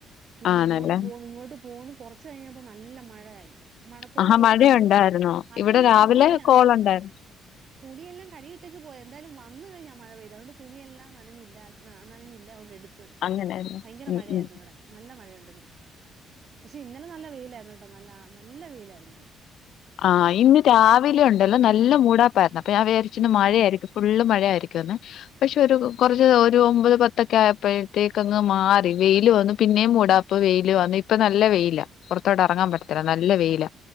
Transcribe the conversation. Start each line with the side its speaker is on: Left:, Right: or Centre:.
Right: പിന്നെ
Left: ആണല്ലേ
Right: ഇങ്ങോട്ട് പോന്ന് ഇങ്ങോട്ട് പോന്നു കൊറച്ച ഉച്ചകഴിഞ്ഞപ്പോ നല്ല മഴയായി മഴക്കോള്
Left: ആഹാ
Right: കേറിക്കൊണ്ട്
Left: മഴയുണ്ടായിരുന്നോ
Right: അതു
Left: ഇവിടെ
Right: അല്ലാ
Left: രാവിലെ
Right: തുണിയല്ല
Left: കോളുണ്ടായിരുന്നു
Right: ആഹ് ആഹ് തുണിയെല്ലാം കഴികിട്ടേച്ച് പോയത് എന്തായാലും വ വന്ന് കഴിഞ്ഞാ മഴ പെയ്തെ അതൊകൊണ്ട് തുണിയെല്ലാം നനഞ്ഞില്ല നനഞ്ഞില്ല അതൊണ്ട് എടുത്ത്
Left: അങ്ങനെയല്ലേ
Right: ഭയങ്കര
Left: ഉം
Right: മഴയായിരുന്നു
Left: ഉം
Right: ഇവ്ടെ നല്ല മഴയുണ്ടെന്ന് പക്ഷെ ഇന്നലെ നല്ല വെയിലായിരുന്നു നല്ല നല്ല വെയിലായിരുന്നു
Left: ആഹ് ഇന്ന് രാവിലെ ഒണ്ടല്ലോ
Right: മ്മ്.
Left: നല്ല മൂടാപ്പായിരുന്നു അപ്പൊ ഞാൻ വിചാരിച്ചു
Right: മ്മ്.
Left: ഇന്ന് മഴയായിരിക്കും ഫുള്ള് മഴയായിയിരിക്കുവെന്ന് പക്ഷെ ഒരു കെറച്ച് ഒരു ഒമ്പത് പത്തെക്കെ ആയപ്പഴത്തേക്ക് അങ്ങ് മാറി വെയില് വന്ന് പിന്നേ മൂടാ ഇപ്പൊ വെയില് വന്നു ഇപ്പൊ നല്ല വെയില പുറത്തോട്ട് എറങ്ങാൻ പറ്റത്തില്ല നല്ല വെയില